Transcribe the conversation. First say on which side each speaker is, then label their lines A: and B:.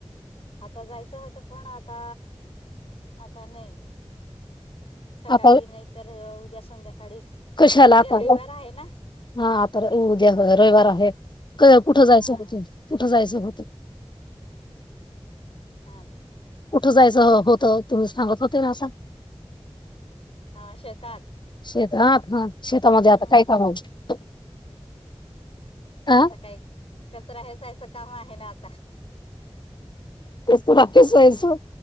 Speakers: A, on the left; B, on the left.
A: आता जायचं होतं पण आता आता नाही. सकाळी
B: आता व्हय,
A: नाहीतर उद्या संध्याकाळीच
B: कशा ला
A: उद्या
B: आता
A: रविवार आहे ना
B: हा आता उद्या रविवार आहे कुठं
A: हा
B: जायचं होत कुठं जायच <inaudible>
A: हा
B: कुठं जायचं हो तर तुम्ही सांगत होते असं
A: हा शेतात
B: शेतात ह शेतामध्ये
A: हम्म
B: आता काय काम <inaudible> हा
A: आता काय कचरा हे जायच काम आहे ना आता
B: पेसू ना पेसायचं.